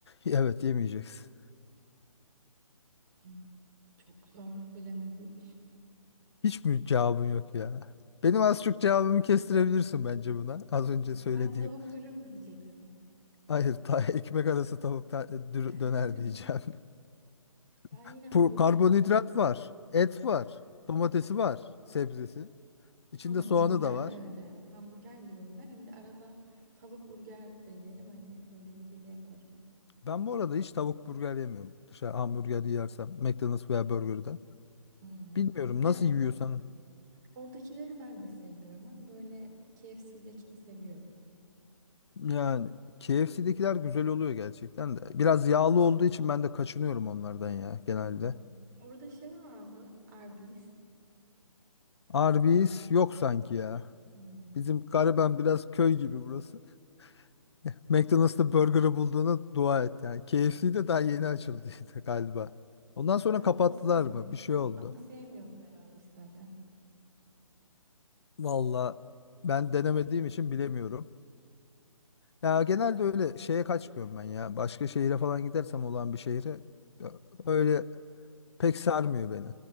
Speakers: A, on the left; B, on the right.
A: Evet yemeyeceksin.
B: Hmm, Çok zor bilemedim.
A: Hiç mi cevabın yok ya? Benim az çok cevabımı kestirebilirsin bence buna. Az önce
B: Sen
A: söylediğim.
B: tavuk dürüm diyeceksin.
A: Hayır, ta <laughs> ekmek arası tavuk ta- dür-
B: <laughs>
A: döner diyeceğim.
B: Ben
A: <laughs>
B: yine hamburger
A: Bu karbonhidrat
B: diyeyim.
A: var, et var, domatesi var, sebzesi. İçinde
B: Tamam
A: soğanı
B: hamburger
A: da var.
B: de öyle. Hamburger diyorum ben. Hem de arada tavuk burger de yerim. Hani öyle bir hile yaparım.
A: Ben bu arada hiç tavuk burger yemiyorum. Dışarı hamburger yersem, McDonald's veya burgerda.
B: Hmm,
A: Bilmiyorum
B: Evet.
A: nasıl yiyorsan.
B: Oradakileri ben de sevmiyorum ama böyle KFC'dekini seviyorum.
A: Yani KFC'dekiler güzel oluyor gerçekten de. Biraz yağlı olduğu için ben de kaçınıyorum onlardan ya
B: Hmm,
A: genelde.
B: Orada şey var mı? Arby's.
A: Arby's yok sanki ya.
B: Hmm,
A: Bizim gariben biraz köy gibi burası. <laughs> McDonald's'ta
B: hmm,
A: burger'ı bulduğuna dua et yani. KFC'de daha yeni açıldıydı <laughs> galiba. Ondan
B: Burada
A: sonra
B: Arby's
A: kapattılar
B: var.
A: mı? Bir şey oldu.
B: Ama sevmiyorum ben Arby's zaten.
A: Valla ben denemediğim için bilemiyorum. Ya genelde öyle şeye kaçmıyorum ben ya. Başka şehire falan gidersem olan bir şehre ö- öyle Pek sarmıyor beni.